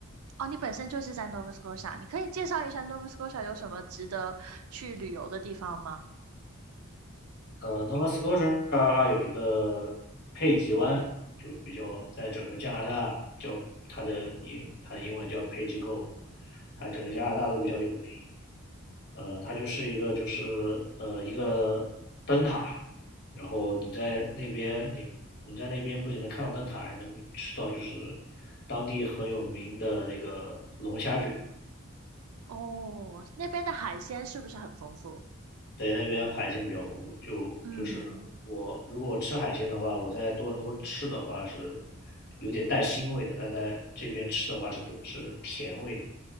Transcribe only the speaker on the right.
哦，你本身就是在 Nova Scotia，你可以介绍一下 Nova Scotia 有什么值得去旅游的地方吗？
哦，那边的海鲜是不是很丰富？
嗯，